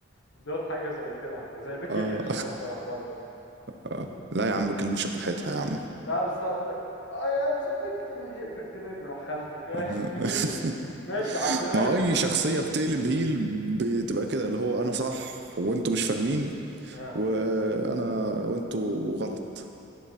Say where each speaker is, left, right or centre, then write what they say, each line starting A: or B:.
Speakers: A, on the left; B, on the right.
A: دور حاجه زي كده زي بيكي
B: اه
A: لينش مثلا برضه
B: <laughs> اه لا يا عم كلينش براحتها يا عم
A: لا بس هتقول لك I am the victim here victim ايه بروح خالتك <laughs> إيه
B: <laughs>
A: اللي بت- ماشي عدينا
B: ما
A: لي
B: هو
A: كده
B: اي شخصيه بتقلب هيل بتبقى كده اللي هو انا صح وانتوا مش فاهمين
A: اه
B: وانا وانتوا غلط